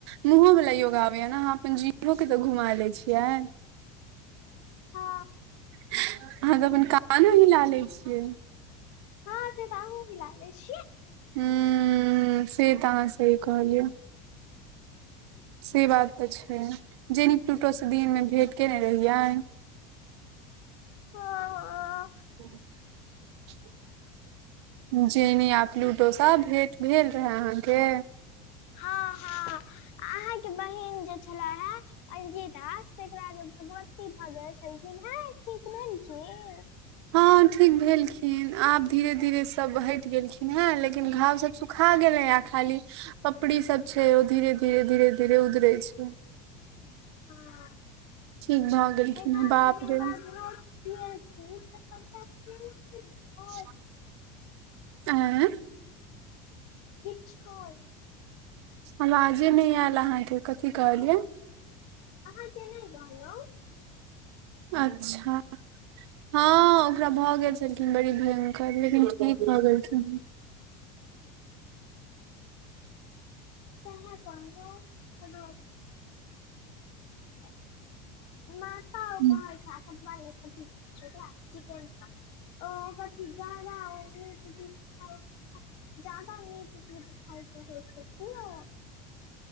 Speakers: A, on the right (about 80°); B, on the left (about 50°).
A: मुँहो वला योगा आबैये न, अहाँ अप्पन जीवो के तऽ घुमा लय छियै।
B: हँ
A: अहाँके अप्पन कानो हिला लय छियै।
B: हँ से बाहुँ हिला लैय छियै।
A: हूँउ से तऽ अहाँ सही कहलियै। से बात तऽ छैय, जेनी प्लूटो से दिनमे भेंट केने रहियै।
B: हँअ- हँअ।
A: <unintelligible> ह। चेनी आ प्लूटो सब भेंट भेल रहय अहाँ के?
B: हँ- हँ अहाँके बहिन जे छला है अंजीता तेकरा जे भगवती भऽ गेल छेलखिन हैं ठीक भेलखिन।
A: हँ ठीक भेलखिन आब धीरे धीरे सभ हटि गेलखिन हँ, लेकिन घाव सभ सुखा गेलै ये खाली पपड़ी सब छैय ओ धीरे- धीरे- धीरे- धीरे ओदरै छैय।
B: हँ <unintelligible>
A: ठीक भऽ गेलखिन हे बाप रे
B: हमरा
A: <inaudible> अए
B: छअइ
A: अवाजे नहि आयल अहाँ के कथी कहलियै।
B: अहाँ के नहि कहलहुँ।
A: अच्छा, हँ ओकरा भऽ गेल छलखिन बड़ी भयं कर लेकिन ठीक भऽ गेलखिन।
B: कहाँ कहलउ, आहाॅ <unintelligible> माता ओ
A: हूँ
B: कहै छैय, अकर बाद की कहै छैय ओकरा चिकेन पॉक्स। ओ ओकर की जादा ओ उँच दिखाय छैय। ज्यादा मीठ तीठ खाइत रहै छैथ कि ओ